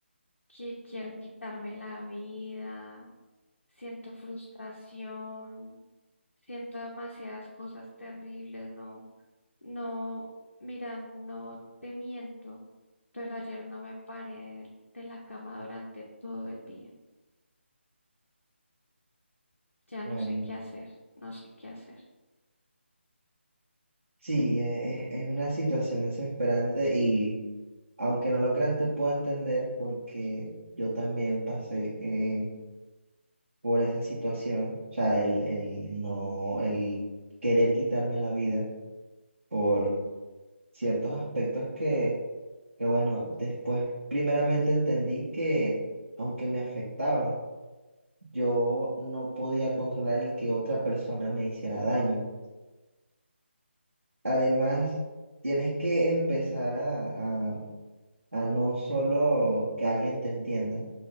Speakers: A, on the left; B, on the right.
A: que quiero quitarme la vida, siento frustración, siento demasiadas cosas terribles, ¿no? No, mira, no te miento, pero ayer no me paré de, de la cama durante todo el día. Ya
B: Bueno,
A: no sé qué hacer, no sé qué hacer.
B: sí, e- e- es una situación desesperante y... Aunque no lo creas, te puedo entender porque yo también pasé eh, por esa situación. O sea, el, el no, el querer quitarme la vida por ciertos aspectos que, que, bueno, después primeramente entendí que aunque me afectaban, yo no podía controlar el que otra persona me hiciera daño. Además, tienes que empezar a, a a no solo que alguien te entienda,